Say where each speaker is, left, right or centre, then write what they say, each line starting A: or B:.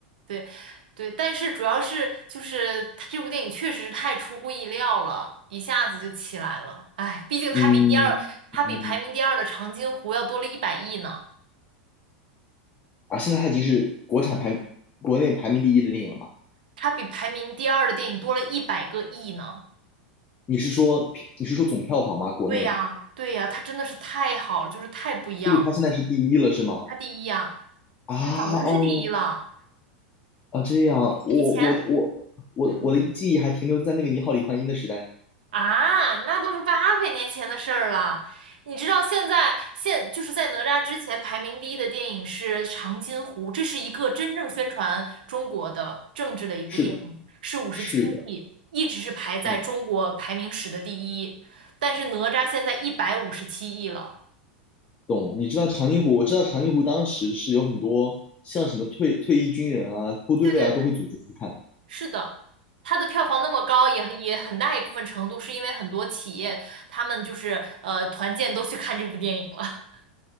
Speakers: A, on the right (about 65°); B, on the left (about 25°).
A: 对，对，但是主要是就是他这部电影确实是太出乎意料了，一下子就起来了。哎，毕竟它比第二，
B: 嗯嗯
A: 它比排名第二的长津湖要多了一百亿呢，
B: 啊，现在它已经是国产排国内排名第一的电影了嘛？
A: 它比排名第二的电影多了一百个亿呢。
B: 你是说你是说总票房吗？国内，
A: 对呀，对呀，它真的是太好了，就是太不一样了。
B: 所以它现在是第一了是吗？
A: 它第一呀，
B: 啊哦
A: 它早就是第一了，
B: 啊，这样，我我我我我的记忆还停留在那个《你好，
A: 以前。嗯。
B: 李焕英》的时代呢。
A: 啊，那都是八百年前的事儿了。你知道现在现就是在哪吒之前排名第一的电影是《长津湖》，这是一个真正宣传中国的政治的一部电影，
B: 是的，
A: 是五十七亿，
B: 是的，
A: 一直是排在中国排名史的第一。
B: 嗯，
A: 但是哪吒现在一百五十七亿了，
B: 懂。你知道长津湖？我知道长津湖当时是有很多像什么退退役军人啊、部队啊都会组织去看
A: 对对对，是的，它的票房那么高，也也很大一部分程度是因为很多企业他们就是呃团建都去看这部电影了。<laughs>